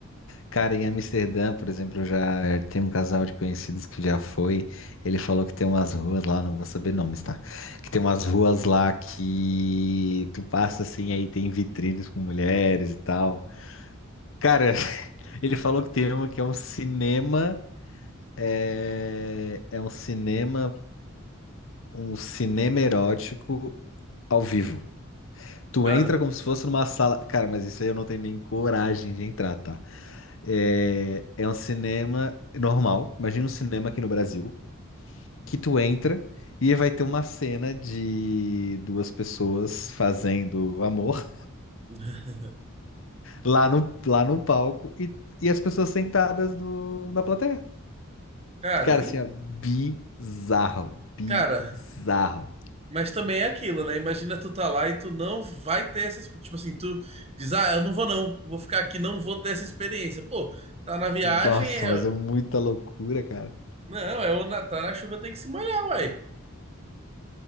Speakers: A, on the left (about 70°); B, on the right (about 30°).
A: Cara, em Amsterdã, por exemplo, eu já eh, tem um casal de conhecidos que já foi. Ele falou que tem umas ruas lá, não vou saber nomes, tá? Que tem umas ruas lá que tu passa assim, aí tem vitrines com mulheres e tal. Cara, <laughs> ele falou que tem uma que é um cinema, é, é um cinema, um cinema erótico ao vivo. Tu
B: Caramba.
A: entra como se fosse numa sala. Cara, mas isso aí eu não tenho nem coragem de entrar, tá? É, é um cinema normal. Imagina um cinema aqui no Brasil, que tu entra e vai ter uma cena de duas pessoas fazendo amor
B: <laughs>
A: lá no, lá no palco e, e as pessoas sentadas no- na plateia.
B: Cara,
A: Cara,
B: hein?
A: assim, ó, bizarro, bizarro.
B: Cara, mas também é aquilo, né? Imagina tu tá lá e tu não vai ter essa, ex- tipo assim, tu diz: "Ah, eu não vou não, vou ficar aqui, não vou ter essa experiência". Pô, tá na viagem,
A: Nossa,
B: é,
A: mas é muita loucura, cara.
B: não, é o Natal, na chuva tem que se molhar, uai.